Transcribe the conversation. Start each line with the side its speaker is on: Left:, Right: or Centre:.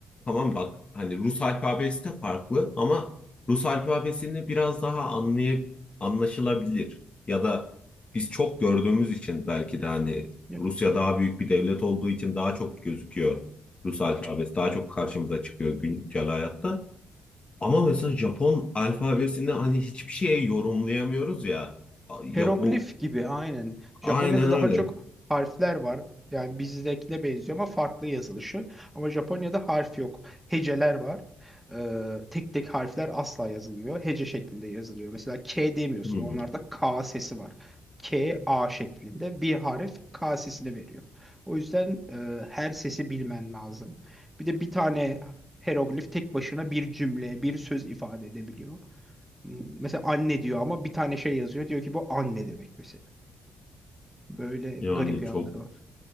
Left: tamam bak hani Rus alfabesi de farklı ama Rus alfabesini biraz daha anlay anlaşılabilir ya da biz çok gördüğümüz için belki de hani
Centre: Ya
Left: Rusya daha büyük bir devlet olduğu için daha çok gözüküyor. Rus alfabesi daha çok karşımıza çıkıyor güncel hayatta. Ama mesela Japon alfabesini hani hiçbir şeye yorumlayamıyoruz ya. Ya
Centre: Hieroglif
Left: bu
Centre: gibi aynen. Japonya'da
Left: aynen öyle.
Centre: daha çok harfler var. Yani bizdekine benziyor ama farklı yazılışı. Ama Japonya'da harf yok. Heceler var. Ee, tek tek harfler asla yazılmıyor. Hece şeklinde yazılıyor. Mesela K demiyorsun.
Left: Hmm.
Centre: Onlarda K sesi var. K, A şeklinde bir harf K sesini veriyor. O yüzden e, her sesi bilmen lazım. Bir de bir tane hieroglif tek başına bir cümle, bir söz ifade edebiliyor. Mesela anne diyor ama bir tane şey yazıyor. Diyor ki bu anne demek mesela. Böyle
Left: Yani
Centre: garip yanları
Left: çok
Centre: var.